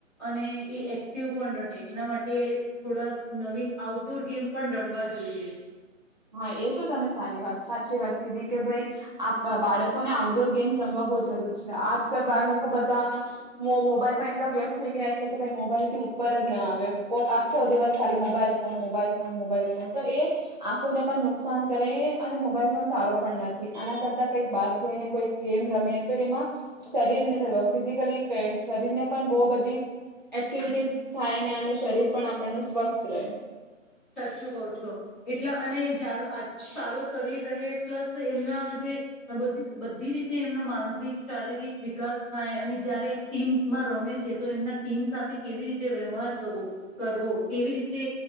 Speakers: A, in the centre; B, on the right.
A: અને એ એક્ટિવ પણ રહે એના માટે થોડા નવીન આઉટડોર ગેમ પણ રમવા જોઈએ.
B: હા એ તો તમે સારી વાત સાચી વાત કીધી કે ભાઈ, બાળકોને આઉટડોર ગેમ્સ રમવા બહ જરૂર છે આજકાલ બાળકો બધા, મોબાઈલમાં એટલા વ્યસ્ત થઈ ગયા છે કે ભાઈ મોબાઈલ થી ઉપર જ ના આવે પો આખો દિવસ ખાલી mobile phone mobile phone mobile phone તો એ. લોકોને પણ નુકસાન કરે અને મોબાઈલ પણ સારો પણ નથી આના કરતા કંઈક બહાર જઈને કોઈ ગેમ રમીએ તો એમાં, શરીરને ફિઝિકલી શરીરને પણ બહ બધી, એક્ટિવિટીસ થાય ને અને શરીર પણ આપણ ન સ્વસ્થ રહે.
A: સાચું કહ છો, એટલા અને જાર આ સારો શરીર રહે પ્લસ એમના જે, બધ બધી રીતે એમનો માનસિક શારીરિક વિકાસ થાય અને જયારે ટીમમાં રમે છે તો એમના ટીમ સાથે કેવી રીતે વ્યવહાર કરવો, કરવો કેવી રીતે